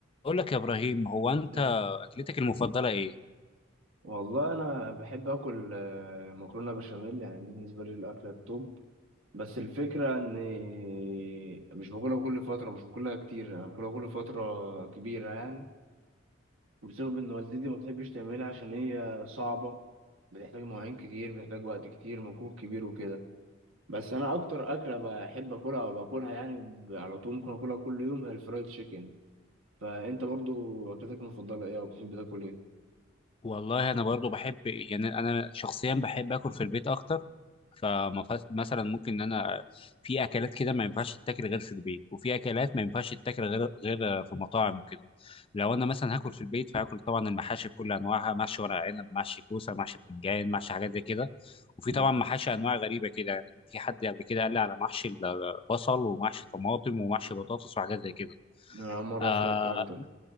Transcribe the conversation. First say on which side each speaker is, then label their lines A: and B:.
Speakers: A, on the left; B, on the right.
A: اقول لك يا ابراهيم هو انت
B: آه.
A: اكلتك المفضله ايه
B: والله انا بحب اكل آه، مكرونه بشاميل يعني دي بالنسبه لي الاكله التوب بس الفكره اني مش باكلها كل فتره مش باكلها كتير انا باكلها كل فتره كبيره يعني بسبب ان والدتي ما بتحبش تعملها عشان هي صعبه بتحتاج مواعين كتير بتحتاج وقت كتير مجهود كبير وكده بس انا اكتر اكله بحب اكلها او باكلها يعني على طول ممكن اكلها كل يوم هي الفرايد تشيكن فانت برضو اكلتك المفضله ايه او بتحب تاكل ايه
A: والله انا برضو بحب يعني انا شخصيا بحب اكل في البيت اكتر فمثلا ممكن ان انا في اكلات كده ما ينفعش تتاكل غير في البيت وفي اكلات ما ينفعش تتاكل غير غير في مطاعم وكده لو انا مثلا هاكل في البيت فهاكل طبعا المحاشي بكل انواعها محشي ورق عنب محشي كوسه محشي بتنجان محشي حاجات زي كده وفي
B: مم.
A: طبعا محاشي انواع غريبه كده يعني كان في حد قبل كده قال لي على محشي البصل ومحشي طماطم ومحشي بطاطس وحاجات زي كده
B: انا اول مره
A: آه،
B: اسمع الكلام ده